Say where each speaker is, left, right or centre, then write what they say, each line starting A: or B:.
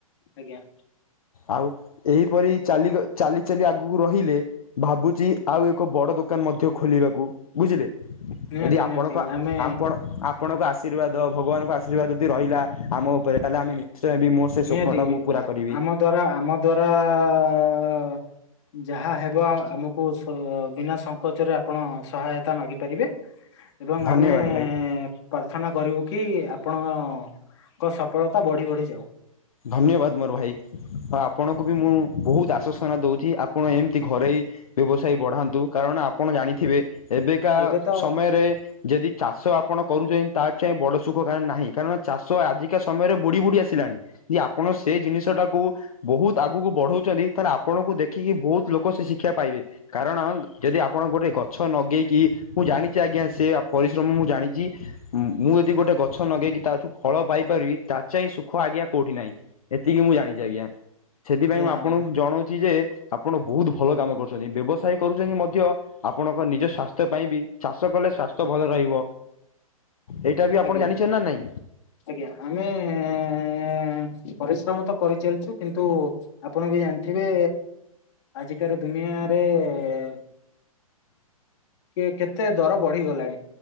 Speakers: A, on the left (about 50°); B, on the left (about 70°).
A: ଆଜ୍ଞା।
B: ଆଉ ଏହିପରି ଚାଲି ଗ ଚାଲି ଚାଲି ଆଗକୁ ରହିଲେ ଭାବୁଛି ଆଉ ଏକ ବଡ ଦୋ ଦୋକାନ ମଧ୍ୟ ଖୋଲିବାକୁ ବୁଝିଲେ
A: ନିହାତି
B: ଯଦି
A: ନିହାତି
B: ଆପଣଙ୍କ
A: ଆମେ
B: ଆପଣ ଅପ୍ ଆପଣଙ୍କ ଆଶୀର୍ବାଦ ଭଗବାନଙ୍କ ଆଶୀର୍ବାଦ ଯଦି ରହିଲା ଆମ ଉପରେ ତାହେଲେ ଆମେ ନିଶ୍ଚୟ ବି ମୋ ସେ ସ୍ୱପ୍ନଟା
A: ନିହାତି
B: ମୁଁ ପୁରା
A: ଆ
B: କରିବି
A: ଆମ ଦ୍ଵାରା ଆମ ଦ୍ୱାରା ଯାହା ହେବ ଆମକୁ ସ ବିନା ସଂଙ୍କୋଚରେ ଆପଣ ସହାୟତା ମାଗି ପାରିବେ। ଏବଂ
B: ଧନ୍ୟବାଦ
A: ଆମେ
B: ଭାଇ।
A: ପ୍ରାର୍ଥନା କରିବୁ କି ଆପଣଙ୍କ ସ ସଫଳତା ବଢ଼ି ବଢ଼ି ଯାଉ।
B: ଧନ୍ୟବାଦ ମୋର ଭାଇ ଆପଣଙ୍କୁ ବି ମୁଁ ବହୁତ ଆସଶ୍ୱନା ଦଉଛି ଆପଣ ଏମିତି ଘରଇ ବ୍ୟବସାୟ ବଢାନ୍ତୁ କାରଣ ଆପଣ ଜାଣି ଥିବେ ଏବେକା
A: ଏବେ ତ
B: ସମୟରେ ଯଦି ଚାଷ ଆପଣ କରୁଛନ୍ତି ତା ଚାଇଁ ବଡ ସୁଖ କାର ନାହିଁ କାରଣ ଚାଷ ଆଜିକା ସମୟରେ ବୁଡି ବୁଡି ଆସିଲାଣି। ଯଦି ଆପଣ ସେ ଜିନିଷ ଟାକୁ ବହୁତ ଆଗକୁ ବଢଉଛନ୍ତି ତାହେଲେ ଆପଣଙ୍କୁ ଦେଖିକି ବହୁତ ଲୋକ ସେ ଶିକ୍ଷା ପାଇବେ କାରଣ ଯଦି ଆପଣ ଗୋଟେ ଗଛ ନଗେଇକି ମୁଁ ଜାଣିଛି ଆଜ୍ଞା ସେ ପରିଶ୍ରମ ମୁ ଜାଣିଛି ମୁଁ ଯଦି ଗୋଟେ ଗଛ ଲଗେଇକି ତା ଥିରୁ ଫଳ ପାଇପାରିବି ତା ଚାହିଁ ସୁଖ ଆଜ୍ଞା କୋଉଠି ନାହିଁ ଏତିକି ମୁଁ ଜାଣିଛି ଆଜ୍ଞା ସେଥିପାଇଁ
A: ଆଜ୍ଞା
B: ମୁଁ ଆପଣଙ୍କୁ ଜଣଉଛି ଯେ ଆ ଆପଣ ବହୁତ ଭଲ କାମ କରୁଛନ୍ତି ବ୍ୟବସାୟ କରୁଛନ୍ତି ମଧ୍ୟ ଆପଣଙ୍କ ନିଜ ସ୍ୱାସ୍ଥ୍ୟ ପାଇଁ ବି ଚାଷ କଲେ ସ୍ୱାସ୍ଥ୍ୟ ଭଲ ରହିବ। ଏଇଟା ବି ଆପଣ
A: ଆଜ୍ଞା
B: ଜାଣିଛନ୍ତି ନା ନାଇଁ
A: ଆଜ୍ଞା। ଆମେ ଏ ପରିଶ୍ରମ ତ କରିଚାଲିଚେ କିନ୍ତୁ ଆପଣ ବି ଜାଣିଥିବେ। ଆଜିକାର ଦୁନିଆରେ ଏ କେ କେତେ ଦର ବଢିଗଲାଣି।